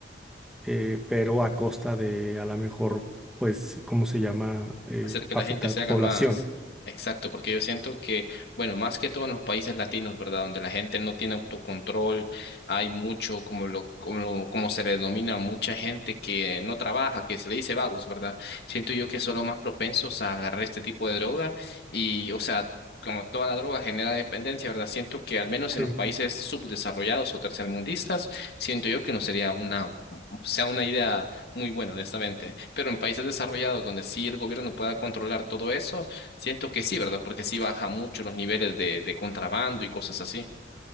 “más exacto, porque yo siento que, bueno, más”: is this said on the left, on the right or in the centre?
Left